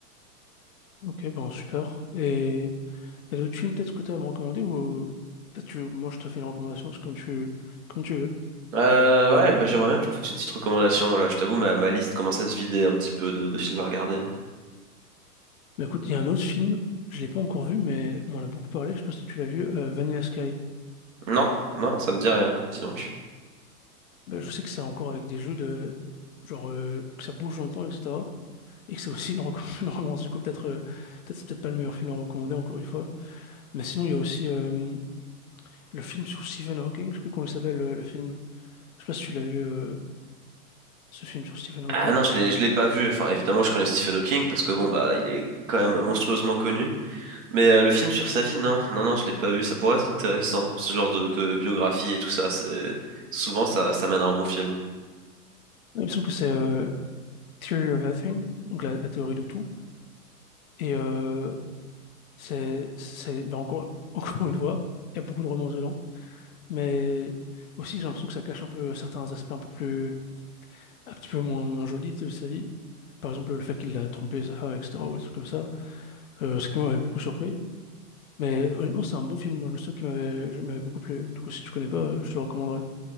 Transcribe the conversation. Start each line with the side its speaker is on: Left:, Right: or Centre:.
Left: Ok, bon, super. Et il y a d'autres films peut-être que t'as à me recommander ou peut-être tu, moi, je te fais une recommandation, c'est comme tu, comme tu veux.
Right: Euh, ouais, bah j'aimerais bien que tu me fasses une petite recommandation là. Je t'avoue, ma, ma liste commence à se vider un petit peu de, de films à regarder.
Left: Bah, écoute, il y a un autre film, je l'ai pas encore vu, mais on en a beaucoup parlé, je sais pas si tu l'as vu, euh, Vanilla Sky.
Right: Non, non, ça me dit rien, dis donc.
Left: Ben, je sais que c'est encore avec des jeux de genre euh, que ça bouge dans le temps, etc. Et que c'est aussi une, reco- <laughs> une romance. Du coup, peut-être euh, peut-être c'est peut-être pas le meilleur film à recommander encore une fois. Mais sinon, il y a aussi euh, le film sur Stephen Hawking. Je sais plus comment il s'appelle euh, le film. Je sais pas si tu l'as vu euh, ce film sur Stephen Hawking.
Right: Ah non, je l'ai, je l'ai pas vu. Enfin, évidemment, je connais Stephen Hawking parce que bon, bah, il est quand même monstrueusement connu. Mais euh, le film sur sa vie, non, non, non, je l'ai pas vu. Ça pourrait être intéressant, ce genre de, de biographie et tout ça. C'est souvent ça, ça mène à un bon film.
Left: Il me semble que c'est euh, Theory of Everything, donc la, la théorie de tout. Et euh, c'est c'est ben, encore <laughs> encore une fois, il y a beaucoup de romance dedans. Mais aussi, j'ai l'impression que ça cache un peu certains aspects un peu plus un petit peu moins, moins jolis de sa vie. Par exemple, le fait qu'il a trompé sa femme, etc., ou des trucs comme ça, euh, ce qui m'avait beaucoup surpris. Mais honnêtement, c'est un bon film. Moi, je me souviens qui m'avait je- m'avait beaucoup plu. Du coup, si tu connais pas, euh, je te le recommanderais.